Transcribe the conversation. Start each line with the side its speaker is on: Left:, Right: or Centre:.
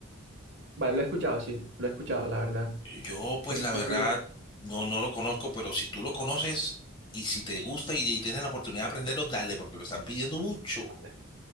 Right: Vale, lo he escuchado, sí, lo he escuchado, la verdad.
Left: Yo,
Right: Siento
Left: pues la verdad,
Right: que,
Left: no, no lo conozco, pero si tú lo conoces y si te gusta y, y tienes la oportunidad de aprenderlo, dale, porque lo están pidiendo mucho.
Right: vale,